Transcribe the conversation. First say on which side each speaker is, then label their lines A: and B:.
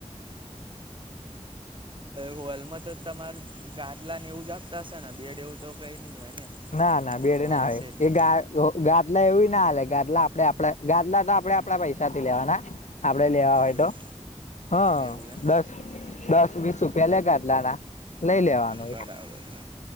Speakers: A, on the right (about 45°); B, on the left (about 75°).
A: હોલમાં તો તમાર ગાદલા ને એવું જ આપતા હશે ને બેડ એવું તો કઈ નઈ હોય ને
B: ના ના બેડ
A: હોલ
B: ના આવે
A: હશે એટલે
B: એ ગાદ ગાદલા એવીું ના હાલે ગાદલા આપે આપડા ગાદલા તો આપડે આપડા પૈસા થી લેવાના આપડે લેવા હોય
A: એવું
B: તો હા
A: એવું એમ
B: બસ દસ વીસ રૂપિયા લે ગાદલાના લઈ લેવાનું
A: બરાબર